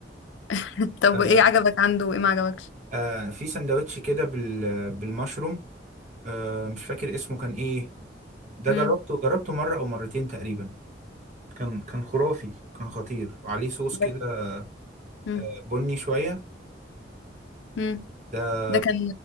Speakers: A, on the left; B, on the right.
A: <laughs> طب
B: آه
A: ايه عجبك عنده وايه ما عجبكش
B: آه في سندوتش كده بال... بالمشروم آه مش فاكر اسمه كان ايه ده
A: امم
B: جربته جربته مره او مرتين تقريبا كان كان خرافي كان خطير وعليه صوص كده
A: ده امم
B: بني شويه
A: امم
B: ده
A: ده كان